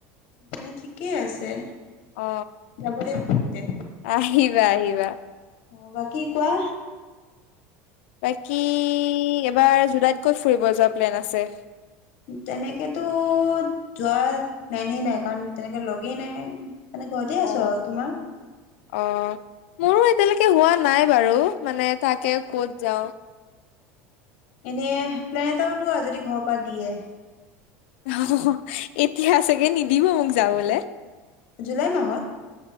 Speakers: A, on the left; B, on the left.
A: তেনে ঠিকেই আছে,
B: অ।
A: যাব লাগিব তেন্তে।
B: আহিবা আহিবা
A: অ, 'বাকী কোৱা?
B: বাকী, এবাৰ জুলাইত ক'ত ফুৰিব যোৱা প্লেন আছে?
A: তেনেকেতো, যোৱাৰ প্লেন এ, নাই, কাৰণ তেনেকে লগেই নাই। মানে, ঘৰতে
B: অ।
A: আছো আৰু তোমাৰ?
B: অ মোৰো এতিয়ালৈকে হোৱা নাই বাৰু, মানে তাকে ক'ত যাও?
A: এনে প্লেন এটা ওলোৱা, যদি ঘৰৰ পৰা দিয়ে?
B: অহহ, 'এতিয়া চাগে নিদিব মোক যাবলে।
A: জুলাই মাহত।